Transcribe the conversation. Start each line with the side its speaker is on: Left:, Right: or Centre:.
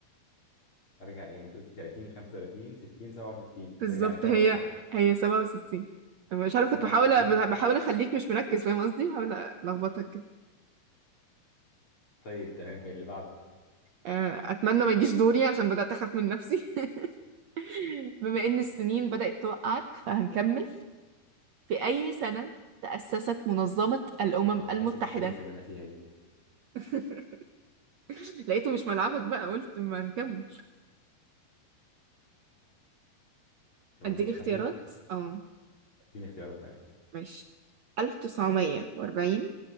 Left: ارجع ايه انت قلتي 30 35 60 67
Right: بالظبط
Left: ارجع انا كده
Right: هي
Left: بطلع
Right: هي 67 مش عارف
Left: 67
Right: كنت بحاول بحاول اخليك مش مركز فاهم قصدي بحاول الخبطك كده
Left: طيب تمام إيه اللي بعده
Right: آه، اتمنى ما يجيش دوري عشان بدات اخاف من نفسي <laughs> بما ان السنين بدات توقعك فهنكمل في اي سنه تاسست منظمه الامم
Left: يو
Right: المتحده
Left: حصة التاريخ اللي انا فيها دي
Right: <laughs> لقيته مش ملعبك بقى قلت ما نكمل
Left: الامم
Right: اديك
Left: المتحدة
Right: اختيارات اه
Left: اديني اختيارات تمام
Right: ماشي 1940